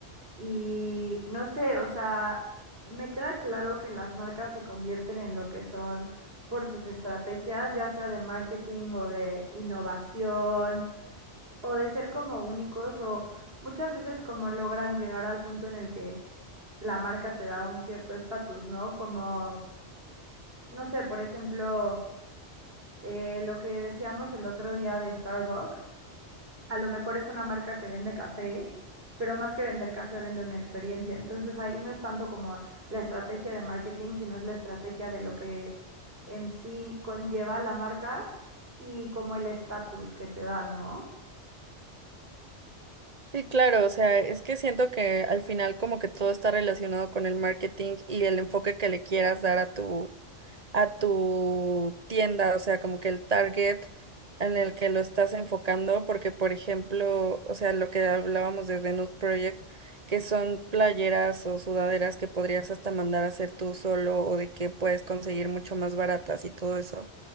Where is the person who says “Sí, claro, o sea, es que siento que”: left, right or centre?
Right